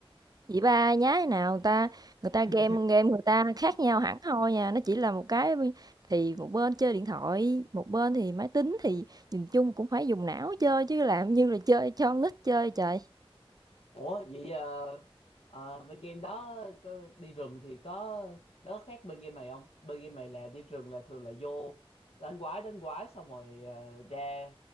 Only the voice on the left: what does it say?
<laughs>
Ủa vậy ờ, ờ, bên game đó có- đi rừng thì có nó có khác bên game này không? Bên game này là đi rừng là thường là vô đánh quái đánh quái xong rồi ờ, ra